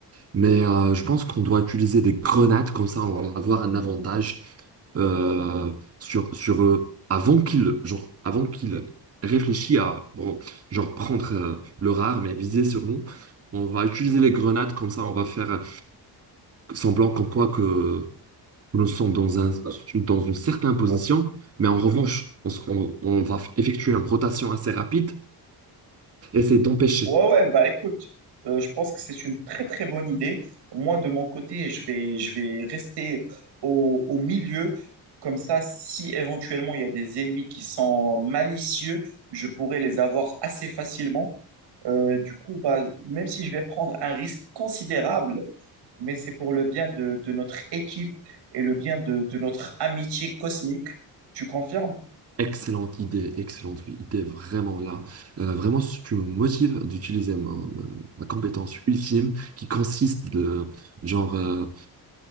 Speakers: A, on the right; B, on the right.
A: Mais euh, je pense qu'on doit utiliser des grenades, comme ça on va avoir un avantage euh, sur, sur eux avant qu'ils genre, avant qu'ils réfléchissent à bon, genre prendre euh, leur arme et viser sur nous. On va utiliser les grenades, comme ça on va faire semblant comme quoi que nous sommes dans un, dans une certaine position. Mais en revanche, on, s- on- on va effectuer une rotation assez rapide, essayer d'empêcher.
B: Ouais, ouais, bah écoute, euh, je pense que c'est une très très bonne idée. Moi, de mon côté, je vais, je vais rester au, au milieu. Comme ça, si éventuellement il y a des ennemis qui sont malicieux, je pourrais les avoir assez facilement. Euh, du coup, bah, même si je vais prendre un risque considérable, mais c'est pour le bien de, de notre équipe et le bien de, de notre amitié cosmique. Tu confirmes?
A: Excellente idée, excellente idée, vraiment là. Euh, vraiment, ce qui me motive d'utiliser mon, euh, ma compétence ultime qui consiste de, genre, euh,